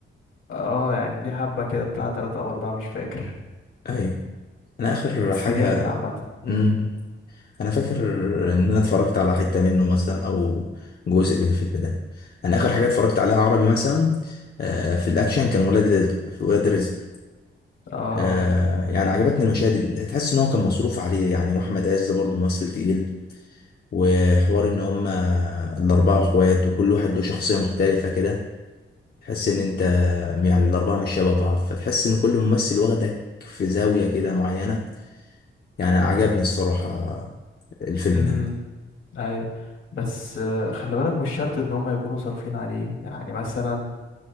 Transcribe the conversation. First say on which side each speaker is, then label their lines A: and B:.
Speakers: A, on the left; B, on the left.
A: اه يعني ليه حبة كده بتاع تلاتة أو أربعة مش فاكر
B: ايوه انا اخر
A: بس
B: حاجه
A: جامد عامة
B: امم انا فاكر ان انا اتفرجت على حته منه مثلا او جزء من الفيلم ده انا اخر حاجه اتفرجت عليها عربي مثلا آه، في الاكشن كان ولاد رزق في ولاد رزق
A: اه
B: آه، يعني عجبتني المشاهد ال- تحس ان هو كان مصروف عليه يعني واحمد عز برضه ممثل تقيل وحوار ان هم الاربعه اخوات وكل واحد له شخصيه مختلفه كده تحس ان انت يعني الاربعه مش شبه بعض فتحس ان كل ممثل واخدك في زاويه كده معينه يعني عجبني الصراحة الفيلم
A: امم
B: ده
A: أيوة بس آه خلي بالك مش شرط إن هما يكونوا صارفين عليه يعني مثلا